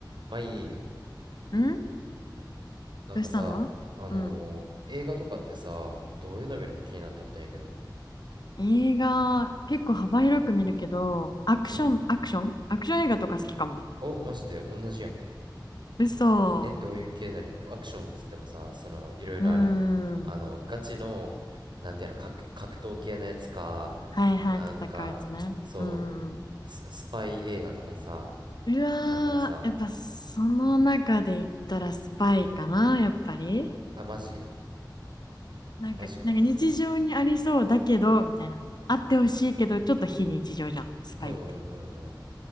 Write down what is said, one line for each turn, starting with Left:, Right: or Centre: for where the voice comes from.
Right: まあいい、
Left: ん
Right: なんかさ、
Left: どうしたのうん。
Right: あのー映画とかってさ、どういうの見るの気になっとったんやけど。
Left: 映画、結構幅広く見るけど、アクション、
Right: うん。
Left: アクションアクション映画とか好きかも。
Right: お、マジで同じやん。
Left: 嘘。
Right: え、どういう系なにアクションっつってもさ、その、いろいろあるやん。
Left: うーん。
Right: あの、ガチの、なんていうの、格、格闘系のやつか、
Left: はいはい、
Right: なんか、
Left: 戦うやつね。
Right: そう、
Left: うんうん
Right: ス、スパイ映画とかさ、
Left: うん。うわー、
Right: なんかさ、
Left: やっぱその中で言ったらスパイかな、やっぱり。
Right: あ、マジ
Left: なんか、
Right: マジか。
Left: なんか日常にありそうだけど、みたいな。あってほしいけど、ちょっと非日常じゃん、スパイって。
Right: うんうんうんうん。